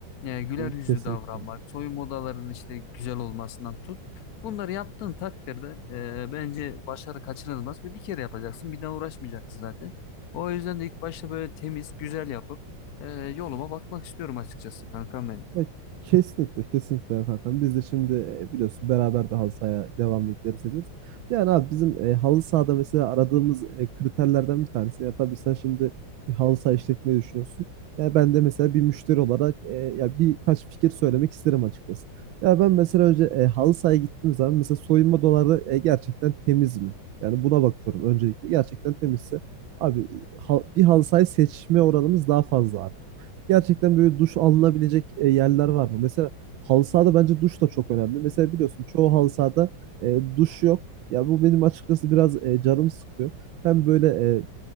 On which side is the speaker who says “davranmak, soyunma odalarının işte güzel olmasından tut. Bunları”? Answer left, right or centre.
Left